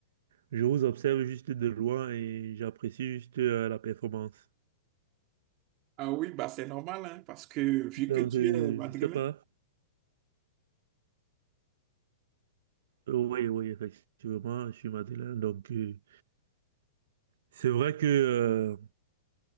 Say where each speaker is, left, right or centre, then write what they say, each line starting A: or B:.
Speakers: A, on the right; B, on the right.
A: je vous observe juste de loin et j'apprécie juste euh, la performance.
B: Ah oui, bah c'est normal, hein, parce que vu
A: Donc
B: que tu
A: euh,
B: es madrilène,
A: je sais pas. Euh, oui, oui, effectivement, je suis Madeleine. Donc euh, c'est vrai que euh,